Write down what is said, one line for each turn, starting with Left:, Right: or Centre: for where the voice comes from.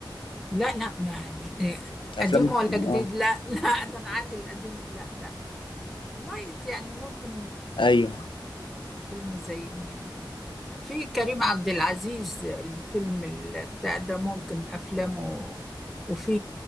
Centre: لا لا ما مش- آه، قديم
Left: افلام
Centre: ولا جديد
Left: اه
Centre: لا لا <laughs> ده أنا عندي القديم لا لا لايت يعني ممكن
Left: ايوه
Centre: فيلم زي مين في كريم عبد العزيز الفيلم ال- بتاع ده ممكن افلامه وفي